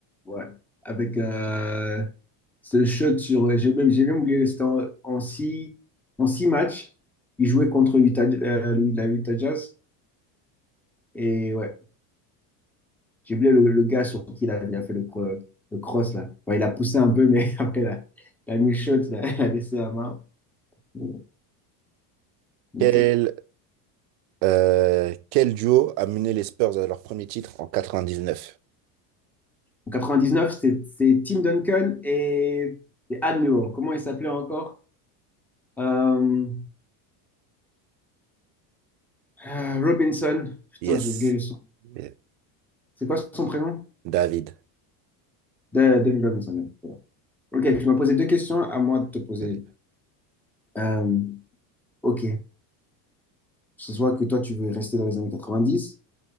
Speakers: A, in the centre; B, on the right.
A: Ouais. Avec euh, ce shot sur. euh, J'ai même, j'ai même oublié, c'était en, en six, en six matchs. Il jouait contre Utah, euh, la Utah Jazz. Et ouais, j'ai oublié le, le gars sur qui il a, il a fait le, cro- le cross, là. Enfin, il a poussé un peu, mais <laughs> après, il a, il a mis le shot, il a, il a laissé la main. Bon,
B: Quel,
A: Ok.
B: euh, quel duo a mené les Spurs à leur premier titre en 99?
A: En 99, c'est c'est Tim Duncan et, et Admiral. Comment il s'appelait encore? Euh, euh, Robinson. Putain,
B: Yes.
A: j'ai oublié le son.
B: Eh,
A: C'est quoi son prénom?
B: David.
A: De, David Robinson. ouais, voilà. Ok, tu m'as posé deux questions, à moi de te poser.
B: Vas-y.
A: Euh, ok, ce soit que toi, tu veux rester dans les années 90.